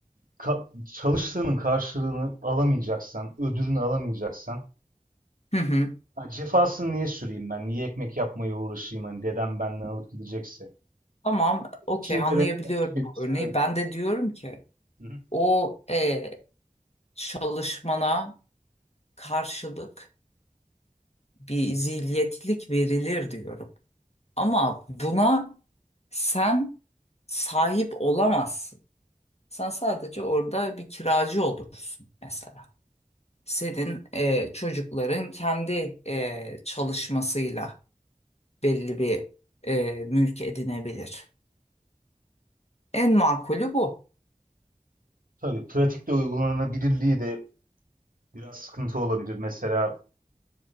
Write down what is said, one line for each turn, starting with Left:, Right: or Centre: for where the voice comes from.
Right: ka- çalıştığının karşılığını alamayacaksan, ödülünü alamayacaksan
Left: Hı hı.
Right: ha, cefasını niye süreyim ben? Niye ekmek yapmaya uğraşayım? Hani dedem benden alıp gidecekse.
Left: Tamam. Okey.
Right: İçinde
Left: Anlayabiliyorum
Right: benzer bir şey
Left: bu
Right: düşünülebilir.
Left: örneği. Ben de diyorum ki
Right: Hı hı.
Left: o e, çalışmana karşılık bir zilyetlik verilir diyorum. Ama buna sen sahip olamazsın. Sen sadece orada bir kiracı olursun mesela. senin e, çocukların kendi e, çalışmasıyla belli bir e, mülk edinebilir. En makulü bu.
Right: Tabii pratikte uygulanabilirliği de Biraz sıkıntı olabilir. Mesela